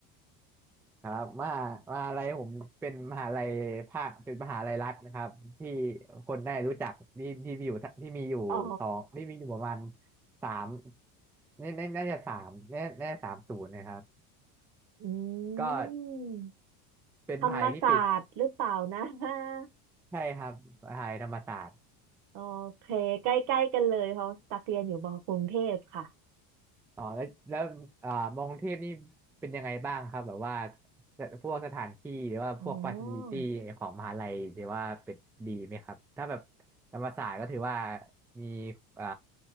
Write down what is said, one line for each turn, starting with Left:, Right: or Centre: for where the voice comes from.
Centre: ครับมหามหาลัยผมเป็นมหาลัยภาคเป็นมหาลัยรัฐนะครับที่คนได้รู้จักที่ที่มีอยู่ที่มีอยู่สองที่มีอยู่ประมาณ
Right: <laughs> อ๋อ
Centre: สามน่าน่าน่าจะสามน่าน่าจะสามศูนย์นะครับ
Right: อืม
Centre: ก็เป็นมหาลัยที่ปิด
Right: ธรรมศาสตร์หรือเปล่านะ <laughs>
Centre: ใช่ครับมหาลัยธรรมศาสตร์
Right: โอเคใกล้ๆกันเลยเพราะตักเรียนอยู่มอกรุงเทพค่ะ
Centre: อ๋อแล้วแล้วอ่ามองเทพนี่เป็นยังไงบ้างครับแบบว่าพวกสถานที่หรือว่าพวกฟาซิลิตี้ของมหาลัยหรือว่าเป็นดีไหมครับถ้าแบบ
Right: อ๋อ
Centre: ธรรมศาสตร์ก็ถือว่ามีอ่า